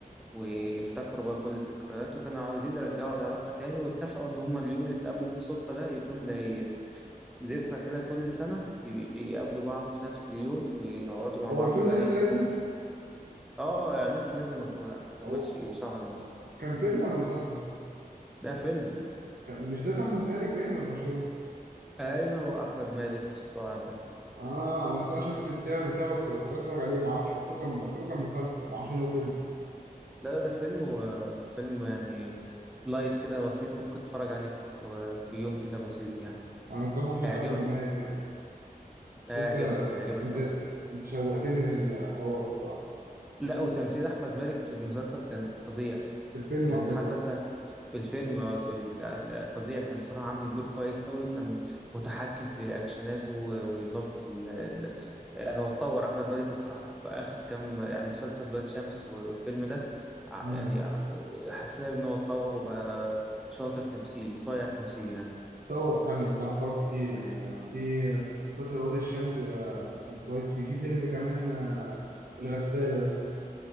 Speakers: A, in the centre; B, on the right (about 75°).
A: وافتكروا بقى كل الذكريات وكانوا عاوزين يرجعوا العلاقة تاني واتفقوا إن هما اليوم اللي اتقابلوا فيه صدفة ده يكون زي ذكرى كده كل سنة ي- يقابلوا بعض في نفس اليوم ويقعدوا مع
B: هو
A: بعض
B: الفيلم
A: بقى
B: ده لسه
A: يحكوا
B: نازل
A: اه يعني لسه نازل ما ما كملش
B: او
A: شهر مثلا
B: كان فيلم ولا مسلسل
A: ده فيلم
B: كان مش ده بتاع احمد مالك باين ولا مش هو
A: ايوه واحمد مالك الصاعد ده
B: اه انا اصلا شفت التريلر بتاعه بس كنت عايز اتفرج عليه ما اعرفش بحسبه كان بحسبه كان مسلسل ما اعرفش ان هو فيلم
A: لا لا ده فيلم وفيلم يعني لايت كده بسيط ممكن تتفرج عليه في في يوم كده بسيط يعني
B: انا الصراحة بحب
A: هيعجبك
B: احمد مالك يعني بس
A: هيعجبك
B: انت
A: هيعجبك
B: انت
A: قوي
B: انت شوقتني للحوار الصراحة
A: لا وتمثيل احمد مالك في المسلسل كان فظيع
B: في الفيلم
A: يعني
B: قصدك
A: حتى
B: بقى
A: انت في الفيلم اه سوري كانت- لا، فظيع كان صراحة عامل دور كويس قوي وكان متحكم في رياكشناته و- ويظبط ال... ال... يعني هو اتطور احمد مالك الصراحة في اخر كام يعني مسلسل ولاد شمس و- والفيلم ده ع-
B: مم.
A: يعني ع- حسينا ان هو اتطور وبقى شاطر تمثيل صايع تمثيل يعني
B: طور فعلا صح طور كتير يعني في مسلسل وادي الشمس آه، كان كويس فيه في فيلم كمان آه، الغسالة ده